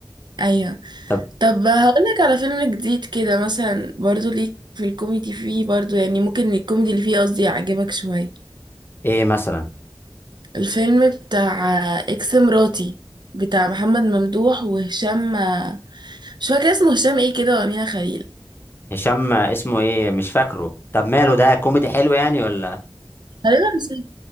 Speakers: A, on the right; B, on the left.
A: ايوه
B: طب
A: طب هقولك على فيلم جديد كده مثلا برضو ليك في الكوميدي فيه برضو يعني ممكن الكوميدي اللي فيه قصدي يعجبك شوية
B: ايه مثلا
A: الفيلم بتاع اكس مراتي بتاع محمد ممدوح وهشام مش فاكرة اسمه هشام ايه كده وأمينة خليل
B: هشام اسمه ايه مش فاكره طب ماله ده كوميدي حلو يعني ولا
A: غالبا هشام.